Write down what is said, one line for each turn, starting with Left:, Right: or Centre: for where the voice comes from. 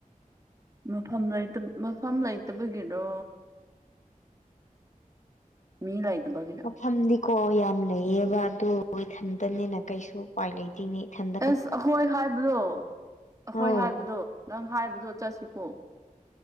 Right: ꯃꯐꯝ ꯃꯐꯝ ꯂꯩꯇꯕꯒꯤꯔꯣ ꯃꯤ ꯂꯩꯇꯕꯒꯤ
Left: ꯐꯝꯗꯤꯀꯣ ꯌꯥꯝ ꯂꯩꯌꯦꯕ ꯀꯣ ꯑꯗꯨ ꯏꯊꯟꯗꯅꯤꯅ ꯀꯩꯁꯨ ꯎꯄꯥꯏ ꯂꯩꯇꯦ ꯈꯟ <unintelligible>
Right: ꯑꯦꯁ ꯑꯩꯈꯣꯏ ꯍꯥꯏꯕꯗꯣ ꯑꯩꯈꯣꯏ
Left: ꯑꯧ
Right: ꯍꯥꯏꯕꯗꯣ ꯅꯪ ꯍꯥꯏꯕꯗꯣ ꯆꯠꯁꯤꯀꯣ